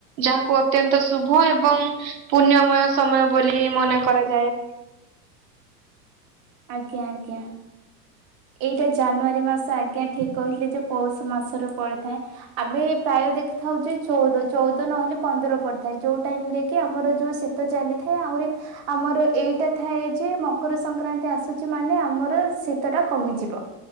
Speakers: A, on the right; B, on the right.
A: ଯାହାକୁ ଅତ୍ୟନ୍ତ ଶୁଭ ଏବଂ ପୁଣ୍ୟମୟ ସମ୍ପ ମୟ ବୋଲି ମନେ କରାଯାଏ।
B: ଆଜ୍ଞା ଆଜ୍ଞା। ଏଇଟା ଜାନୁଆରୀ ମାସ ଆଜ୍ଞା ଠିକ୍ କହିଥିଲେ ଯେ ପୌଷ ମାସରେ ପଡିଥାଏ। ଆମେ ପ୍ରାୟ ଦେଖିଥାଉଚେ ଚଉଦ, ଚଉଦ ନହେଲେ ପନ୍ଦର ପଡିଥାଏ। ଯୋଉ ଟାଇମ୍‌ରେ କି ଆମର ଯୋଉ ଶୀତ ଚାଲି ଥାଏ, ଆହୁରି ଆମର ଏଇଟା କଥା ଏଇ ଯେ ମକର ସଂକ୍ରାନ୍ତି ଆସୁଛି ମାନେ ଆମର ଶୀତ ଟା କମିଯିବ।